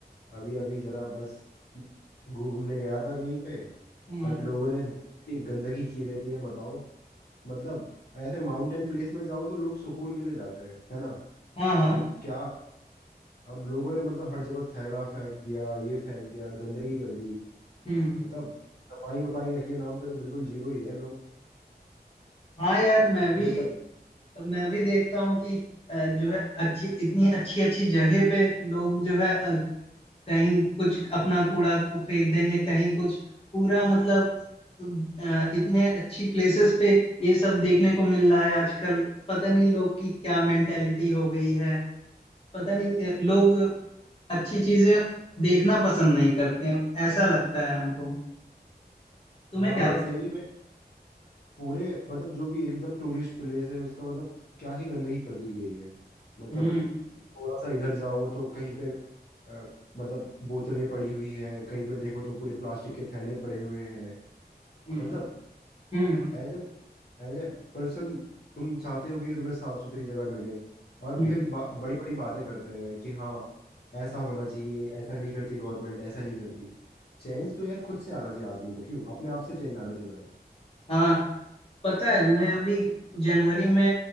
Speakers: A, on the left; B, on the left.
A: अभी अभी जरा बस घूमने गया था कहीं पे
B: हम्म
A: बट लोगों ने इतनी गंदगी की रहती है बताओ मतलब ऐसे माउंटेन प्लेस में जाओ तो लोग सुकून के लिए जाते हैं है ना
B: हाँ हाँ
A: अब क्या अब लोगों ने मतलब हर जगह थैला फेंक दिया ये फेंक दिया गंदगी कर दी
B: हम्म
A: मतलब सफाई वफाई के नाम पे तो बिल्कुल जीरो ही है लोग
B: हाँ यार मैं भी
A: तुम्हें क्या
B: मैं भी देखता हूँ कि अ, जो है अच्छी इतनी अच्छी अच्छी जगह पे लोग जो है अ, कहीं कुछ अपना कूड़ा फेंक देंगे कहीं कुछ पूरा मतलब अ, इतने अच्छी प्लेसेस पे ये सब देखने को मिल रहा है आजकल पता नहीं लोग की क्या मेंटेलिटी हो गई है पता नहीं अ, लोग अच्छी चीजें देखना पसंद नहीं करते हैं, ऐसा लगता है हमको तुम्हें
A: हाँ
B: क्या लगता
A: सही
B: है
A: में पूरे मतलब जो भी एकदम टूरिस्ट प्लेस है उसका मतलब क्या ही गंदगी कर दी गई है मतलब
B: हम्म
A: थोड़ा सा इधर जाओ तो कहीं पे अ, मतलब बोतलें पड़ी हुई है कहीं पे देखो तो पूरे प्लास्टिक के थैले पड़े हुए हैं
B: हम्म
A: मतलब
B: हम्म
A: as uh as a person तुम चाहते हो कि तुम्हें साफ सुथरी जगह मिले और
B: हम्म,
A: फिर बड़ी बड़ी बातें करते हैं कि हाँ ऐसा होना चाहिए ऐसा नहीं करती गवर्नमेंट ऐसा नहीं करती चेंज तो यार खुद से आना चाहिए आदमी को क्यों अपने आप से चेंज आना चाहिए पहले
B: हाँ पता है मैं अभी जनवरी में